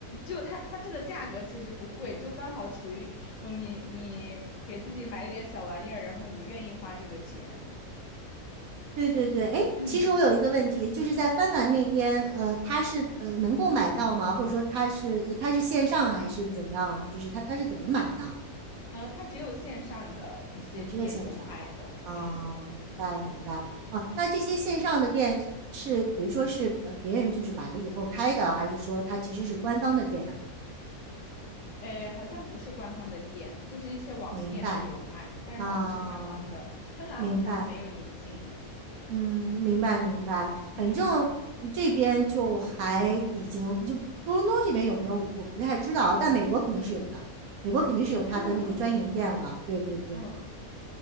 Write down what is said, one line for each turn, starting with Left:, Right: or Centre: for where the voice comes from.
Left: 就它它这个价格其实不贵，就刚好处于说你你给自己买一点小玩意儿，然后你愿意花这个钱，
Right: 对对对，哎，
Left: 嗯
Right: 其实我有一个问题，就是在芬兰那边，呃，它是呃能够买到吗？或者说它是它是线上还是怎样？就是它它是怎么买呢？
Left: 嗯，呃它只有线上的一些店有卖的，
Right: 啊，只有线上啊。哦，
Left: 嗯
Right: 明白明白。
Left: 嗯。
Right: 哦，那这些线上的店是，比如说是呃别人就是买了以后开的，还是说它其实是官方的店啊？
Left: 诶，好像不是官方的店，就是一些网店它有卖，
Right: 明白
Left: 但是它不是官方的。
Right: 啊，
Left: 芬兰好像还没有引进。
Right: 明白。嗯，明白明白，
Left: 嗯
Right: 反正这边就还已经就多伦多这边有没有我不太知道啊，但美国肯定是有的，
Left: 嗯
Right: 美国肯定是有它的那个专营店了。
Left: 嗯嗯
Right: 对对对，
Left: 嗯，